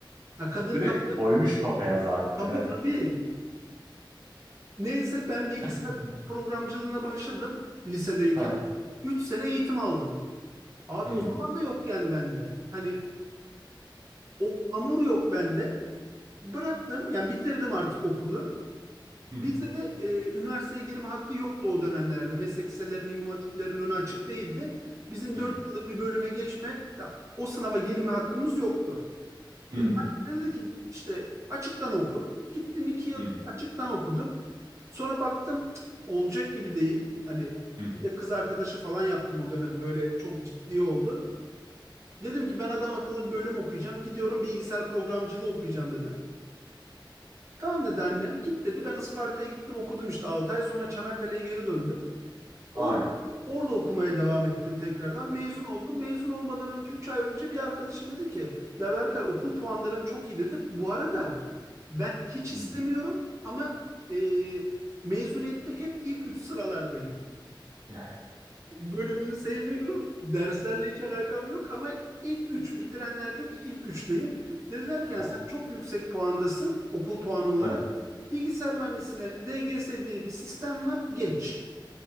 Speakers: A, on the right; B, on the right.
A: Ya kadın
B: Direkt
A: kafa
B: koymuş kafaya zaten
A: tabii
B: evet.
A: tabii. Neyse ben bilgisayar
B: <laughs>
A: programcılığına başladım lisedeyken.
B: Hı.
A: üç sene eğitim aldım. Abi
B: Hmm,
A: o zaman da yok yani bende. Hani o hamur yok bende. Bıraktım yani bitirdim artık okulu.
B: Hı
A: Bizde
B: hı.
A: de e, üniversiteye girme hakkı yoktu o dönemlerde. Meslek liselerinin, imam hatiplerin önü açık değildi. Bizim
B: Hı
A: 4
B: hı.
A: yıllık bir bölüme geçme, ya, o sınava girme hakkımız yoktu.
B: Hımm.
A: E, annem de dedi ki işte açıktan oku. Gittim 2 yıl
B: Hı hı.
A: açıktan okudum. Sonra baktım cık, olacak gibi değil. Hani
B: Hı hı.
A: bir de kız arkadaşı falan yaptım o dönem böyle çok ciddi oldu. Dedim ki ben adam akıllı bir bölüm okuyacağım. Gidiyorum bilgisayar programcılığı okuyacağım dedim. Tamam dedi annem. Git dedi. Ben Isparta'ya gittim okudum işte 6 ay sonra Çanakkale'ye geri döndüm.
B: Aynen.
A: Orada, orada okumaya devam ettim tekrardan. Mezun oldum. Mezun olmadan önce 3 ay önce bir arkadaşım dedi ki ya Berkay okul puanların çok iyi dedi. Bu arada ben hiç
B: Hı
A: istemiyorum
B: hı.
A: ama e, mezuniyette hep ilk 3 sıralardayım.
B: <laughs>
A: Bölümümü sevmiyorum. Derslerle hiç alakam yok ama ilk üç bitirenlerdeki ilk üçteyim. Dedilerken
B: Aynen.
A: sen
B: Hı hı. <laughs>
A: çok yüksek puandasın okul puanı olarak.
B: Aha.
A: Bilgisayar mühendisine DGS diye bir sistem var. Geç.